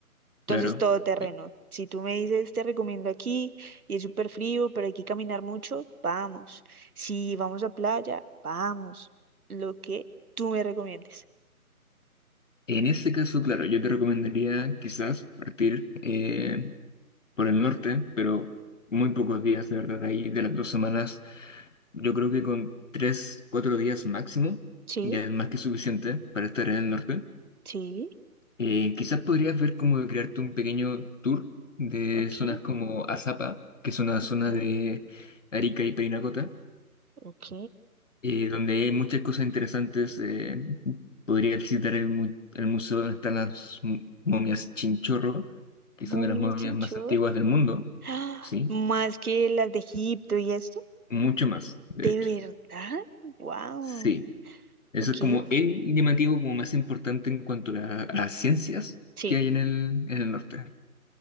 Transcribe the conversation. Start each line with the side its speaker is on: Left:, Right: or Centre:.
Right: Entonces,
Left: Claro.
Right: todo terreno.
Left: Ya.
Right: Si tú me dices, te recomiendo aquí y es súper frío, pero hay que caminar mucho, vamos. Si vamos a playa, vamos. Lo que tú me recomiendes.
Left: En ese caso, claro, yo te recomendaría quizás partir eh, por el norte, pero muy pocos días, de verdad, ahí de las dos semanas Yo creo que con tres, cuatro días máximo
Right: Sí,
Left: ya es más que suficiente para estar en el norte.
Right: sí,
Left: Eh, quizás podrías ver cómo de crearte un pequeño tour de
Right: ok,
Left: zonas como Azapa, que es una
Right: ok,
Left: zona de Arica y Parinacota,
Right: ok.
Left: eh, donde hay muchas cosas interesantes. eh, podrías visitar el, mu- el museo donde están las mu- momias Chinchorro, que
Right: Momia
Left: son de las momias
Right: Chinchor.
Left: más antiguas del mundo,
Right: ¡Ah!
Left: ¿sí?
Right: Más que las de Egipto y esto.
Left: Mucho más, de
Right: ¿De
Left: hecho.
Right: verdad? ¡Wow!
Left: Sí. Eso
Right: Ok,
Left: es como el llamativo como más importante en cuanto a, la- a las ciencias
Right: sí,
Left: que hay en el, en el norte.